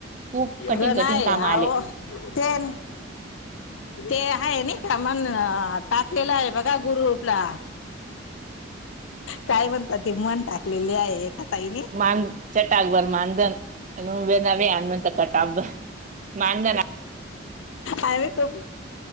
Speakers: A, on the right (about 40°); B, on the left (about 75°).
A: खूप कठीण
B: गणय
A: कठीण काम
B: आह
A: आले.
B: - <inaudible> टेन- ते आहे नि का मण टाकलेलं आहे, बघा ग्रुपला-
A: <inaudible>
B: काय म्हणतात ती म्हण टाकलेली आहे एका ताईने.
A: मांन चटाग बर मानधन अन् <unintelligible> चटाब मानधन
B: आणि तो